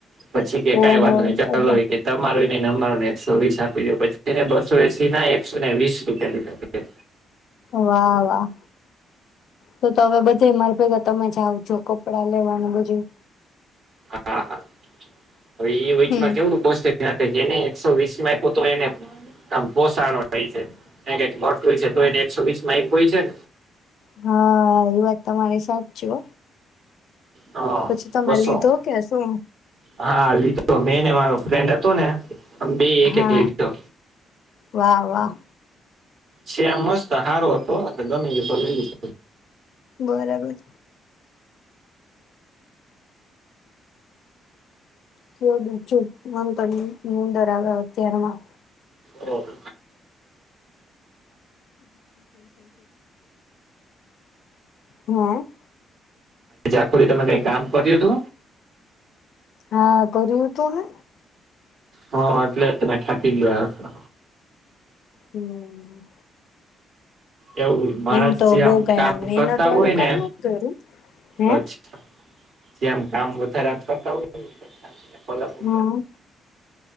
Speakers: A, on the right (about 55°); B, on the left (about 70°).
A: પછી
B: ઓહો
A: કેતા <inaudible>
B: એટલે
A: ચલો ઈ કે તમારું એ નઈ ને અમારું એ નઈ એકસો વીસ આપી દો પછી એને બસો એસીના એકસો ને વીસ રૂપિયા લીધા તા.
B: વાહ! વાહ! તો તો હવે બધે માર ભેગા તમે જ આવજો કપડાં લેવાને બધુએ
A: હા હવે ઈ વચમાં
B: હમ
A: કેવડું જેને એકસો વીસ માં આપ એને એકમ પોષણો હોય છે કઈક લોટ હોય છે તો એને એકસો વીસ માં હોય છે ને.
B: હા એ વાત તમારી સાચ છેુ.
A: હા
B: પછી તમે
A: બસો
B: લીધો કે શુ
A: હા લીધો મેંને મારો ફ્રેન્ડ હતો ને બે એક
B: હા
A: એક લીધો.
B: વાહ વાહ
A: છેમ મસ્ત હારો હતો ગમે દિવસ લઈ ગ
B: બરાબર ક બીું મમ તો ંદર આવ અત્યારમાં
A: ઓ હમ
B: હમ
A: અ ચખોલી તમે કઈ કામ કર્યું હતુ.
B: હા કર્યું હતું ને
A: હ એટલે તમે થાકી ગયા હ છો.
B: હમ
A: એવુ માણસ
B: એમ તો
A: જે
B: બઉ
A: આમ
B: કઈ
A: કામ
B: મહેનત
A: કરતા
B: વાળું
A: હોય
B: કામ
A: ને
B: નત કર્યું હે
A: અચછા જેમ કામ વધારે કરતા હોયલવુ.
B: હમ